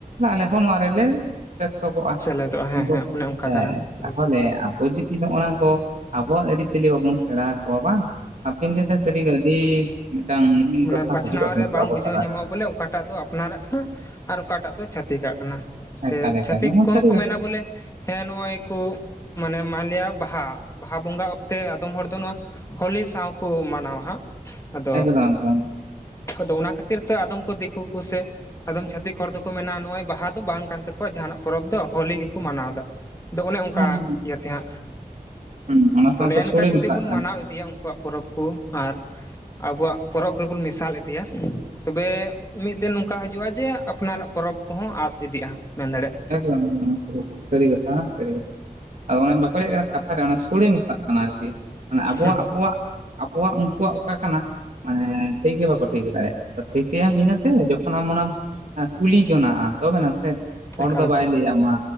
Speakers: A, on the right; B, on the left.
A: ᱟᱞᱮ ᱦᱚᱸ ᱱᱚᱣᱟ ᱨᱮᱞᱮ ᱵᱮᱥᱛᱚᱠᱚᱜᱼᱟ,
B: ᱥᱮᱞᱮᱫᱚᱜᱼᱟ ᱦᱮᱸ
A: ᱠᱤᱱᱛᱩ
B: ᱦᱮᱸ ᱚᱱᱮ ᱚᱱᱠᱟ
A: ᱦᱮᱸ,
B: ᱫᱷᱟᱨᱟ ᱦᱩᱫᱤᱥ
A: ᱛᱟᱦᱚᱞᱮ ᱚᱞ ᱪᱤᱠᱤ ᱫᱚ ᱚᱱᱟ ᱠᱚ ᱟᱵᱚᱣᱟᱜ ᱟᱹᱨᱤᱪᱟᱹᱞᱤ ᱵᱟᱵᱚᱱ ᱥᱮᱬᱟ ᱦᱟᱠᱚᱣᱟ ᱵᱟᱝ ᱦᱟᱯᱮᱱ ᱫᱤᱱ ᱨᱮ ᱥᱟᱹᱨᱤ ᱜᱮ ᱟᱹᱰᱤ ᱢᱤᱫᱴᱟᱝ ᱢᱩᱦᱤᱢ
B: ᱢᱚᱱᱮ
A: ᱫᱚᱥᱟ
B: ᱵᱟᱪ
A: ᱦᱤᱡᱩᱜᱼᱟ
B: ᱱᱟᱣ
A: ᱠᱤᱱᱛᱩ
B: ᱨᱮ ᱵᱟᱝ
A: ᱟᱵᱚ
B: ᱵᱩᱡᱷᱟᱹᱣ
A: ᱛᱟᱞᱟᱨᱮ
B: ᱧᱟᱢᱚᱜᱼᱟ ᱵᱚᱞᱮ, ᱚᱠᱟᱴᱟᱜ ᱫᱚ ᱟᱯᱱᱟᱨᱟᱜ ᱠᱟᱱᱟ, ᱟᱨ ᱚᱠᱟᱴᱟᱜ ᱫᱚ ᱪᱷᱟᱹᱛᱤᱠᱟᱜ ᱠᱟᱱᱟ᱾ ᱥᱮ
A: ᱮᱠᱟᱞ ᱮᱠᱟᱞ
B: ᱪᱷᱟᱹᱛᱤᱠ
A: ᱱᱚᱣᱟ
B: ᱠᱚᱦᱚᱸ
A: ᱥᱟᱹᱨᱤ
B: ᱠᱚ ᱢᱮᱱᱟ
A: ᱠᱟᱛᱷᱟ
B: ᱵᱚᱞᱮ ᱦᱮᱸ ᱱᱚᱜᱼᱚᱭ ᱠᱚ ᱢᱟᱱᱮ ᱢᱟᱱᱞᱤᱭᱟ ᱵᱟᱦᱟ᱾ ᱵᱟᱦᱟ ᱵᱚᱸᱜᱟ ᱚᱠᱛᱮ ᱟᱫᱚᱢ ᱦᱚᱲ ᱫᱚ ᱱᱚᱣᱟ ᱦᱳᱞᱤ ᱥᱟᱣ ᱠᱚ ᱢᱟᱱᱟᱣᱟ ᱦᱟᱸᱜ᱾ ᱟᱫᱚ
A: ᱮᱠᱫᱚᱢ ᱮᱠᱫᱚᱢ ᱾
B: ᱟᱫᱚ ᱚᱱᱟ ᱠᱷᱟᱹᱛᱤᱨ ᱛᱮ ᱟᱫᱚᱢ ᱠᱚ ᱫᱤᱠᱩ ᱠᱚᱥᱮ ᱟᱫᱚᱢ ᱪᱷᱟᱹᱛᱤᱠ ᱦᱚᱲ ᱫᱚᱠᱚ ᱢᱮᱱᱟ, ᱱᱚᱜᱼᱚᱭ ᱵᱟᱦᱟ ᱫᱚ ᱵᱟᱝ ᱠᱟᱱ ᱛᱟᱠᱚᱣᱟ, ᱡᱟᱦᱟᱱᱟᱜ ᱯᱚᱨᱚᱵᱽ ᱫᱚ ᱦᱳᱞᱤ ᱜᱮᱠᱚ ᱢᱟᱱᱟᱣᱫᱟ ᱾ ᱫᱚ ᱚᱱᱮ ᱚᱱᱠᱟ,
A: ᱦᱮᱸ ᱦᱮᱸ
B: ᱤᱭᱟᱹ ᱛᱮᱦᱟᱸᱜ
A: ᱦᱮᱸ, ᱚᱱᱟ ᱥᱟᱶᱛᱮ
B: ᱛᱚ ᱱᱮᱜ-ᱮ ᱱᱮᱠᱟ
A: ᱥᱳᱲᱮ
B: ᱡᱩᱫᱤ
A: ᱢᱮᱥᱟᱜ
B: ᱵᱚᱱ ᱢᱟᱱᱟᱣ
A: ᱠᱟᱱᱟ
B: ᱤᱫᱤᱭᱟ ᱚᱝᱠ ᱼᱼ ᱟᱠᱚᱣᱟᱜ ᱯᱚᱨᱚᱵᱽ ᱠᱚ, ᱟᱨ ᱟᱵᱚᱣᱟᱜ ᱯᱚᱨᱚᱵᱽ ᱨᱮᱵᱚᱱ ᱢᱮᱥᱟᱞ ᱤᱫᱤᱭᱟ ᱛᱚᱵᱮ ᱢᱤᱫ ᱫᱤᱱ ᱱᱚᱝᱠᱟ ᱦᱟᱹᱡᱩᱜᱼᱟ ᱡᱮ, ᱟᱯᱱᱟᱨᱟᱜ ᱯᱚᱨᱚᱵᱽ ᱠᱚᱦᱚᱸ ᱟᱫ ᱤᱫᱤᱜᱼᱟ᱾ ᱢᱮᱱ ᱫᱟᱲᱮᱜᱼᱟ᱾
A: ᱮᱠᱫᱚᱢ, ᱮᱠᱫᱚᱢ᱾ ᱥᱟᱹᱨᱤ ᱠᱟᱛᱷᱟ, ᱥᱟᱹᱨᱤ ᱠᱟᱛᱷᱟ ᱾ ᱟᱫᱚ ᱚᱱᱮ ᱵᱟᱠᱚ ᱞᱟᱹᱭᱮᱜ ᱠᱟᱱᱟ ᱠᱟᱛᱷᱟ ᱨᱮ ᱚᱱᱟ ᱥᱚᱲᱮ ᱢᱮᱥᱟᱜ ᱠᱟᱱᱟ ᱟᱨᱠᱤ᱾ ᱢᱟᱱᱮ ᱟᱵᱚᱣᱟᱜ,
B: ᱦᱩᱸ ᱦᱩᱸ
A: ᱟᱵᱚᱣᱟᱜ, ᱟᱵᱚᱣᱟᱜ, ᱩᱱᱠᱩᱣᱟᱜ ᱚᱠᱟ ᱠᱟᱱᱟ, ᱢᱟᱱᱮ ᱴᱷᱤᱠ ᱜᱮ ᱵᱟᱠᱚ ᱴᱷᱤᱠ ᱫᱟᱲᱮᱭᱟᱜ ᱴᱷᱤᱠᱟᱹᱭᱟᱢ ᱤᱱᱟᱹᱛᱮ ᱡᱚᱠᱷᱚᱱ ᱟᱢ ᱚᱱᱟᱢ ᱠᱩᱞᱤ ᱡᱚᱱᱟᱜᱼᱟ ᱛᱚᱵᱮ ᱱᱟᱥᱮ ᱾ ᱦᱚᱲ
B: ᱮᱠᱟᱞ
A: ᱫᱚ ᱵᱟᱭ
B: ᱮᱠᱟᱞ
A: ᱞᱟᱹᱭ ᱟᱢᱼᱟ